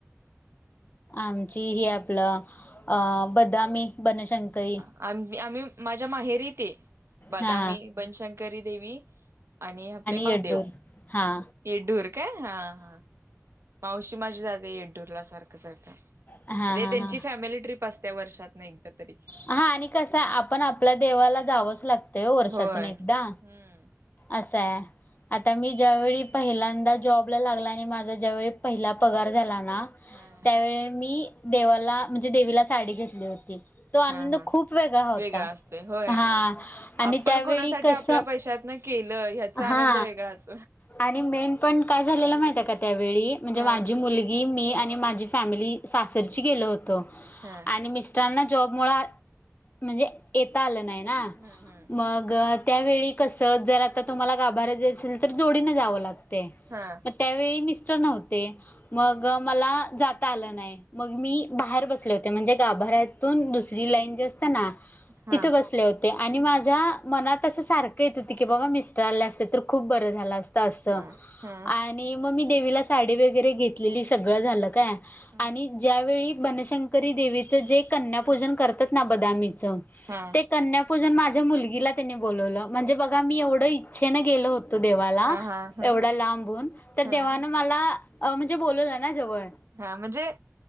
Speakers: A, on the left; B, on the right.
A: आमची ही आपलं अ बदामी बनशंकरी
B: आम आम्ही माझ्या माहेरीत ये बदामी
A: हा
B: बनशंकरी देवी आणि आपले महादेव.
A: येड्डूर
B: हे
A: हा
B: येडडुर काय हा हा मावशी माझी जाते येड्डूरला सारखं सारखं,
A: हा हा
B: त्यांची
A: हा
B: फॅमिली ट्रीप असते वर्षात ना एकदा तरी
A: हा आणि कसं आपण आपल्या देवाला जावंच लागतय ओ वर्षातून
B: होय
A: एकदा.
B: हम्म
A: आस हाय. आता मी ज्या वेेळी पहिल्यांदा जॉबला लागला, आणि माझा ज्यावेळी पहिला पगार झाला ना-
B: हा
A: त्यावेळी मी देवाला म्हणजे देवीला साडी घेतली होती. तो आनंद
B: हा हा
A: खूप वेगळा होता,
B: असतोय होय.
A: हा आणि
B: आपण
A: त्यावेळी
B: कोणासाठी
A: कस-
B: आपल्या पैशातन केलं ह्याचा आनंद
A: हा
B: वेगळाच.
A: आणि मेन पाॅइंट काय झालेल महित आहे का त्यावेळी म्हणजे
B: हा
A: माझी मुली गी मी आणि माझी फॅमिली सासरची गेलो होतो.
B: हा.
A: आणि मिस्टरांना जॉबमुळे म्हणजे येता आलं नाही ना,
B: हम्म
A: म ग त्यावेळी कसं जर आता तुम्हाला गाभार्यात असेल तर जोडीने जावं लागतय.
B: हा.
A: म त्यावेळी मिस्टर नव्हते, मग अ मला जाता आलं नाही मग मी बाहेर बसले होते. म्हणजे गाभऱ्यातून दुसरी लाईन जी असते ना
B: हा
A: तिथे बस ले होते. आणि माझ्या मनात अस सारख येत होती की बाबा मिस्टर आले असते तर खूप बर झाला असत त असंत
B: हा हा.
A: आणि मग मी देवीला साडी वगैरे घेतलेली सगळं झालं काय
B: हा
A: आणि ज्यावेळी बनशंकरी देवीच जे कन्यापूजन करतात ना बदामीचं
B: हा.
A: ते कन्यापूजन माझ्या मुलगीला त्यांनी बोलावलं. म्हणजे बघा मी एवढं इच्छेनं गेल होत तो देवाला,
B: हा हा
A: एवढा लांबून, तर
B: हा
A: देवानं मला म्हणजे बोलवलं ना जवळ
B: हा म्हणजे,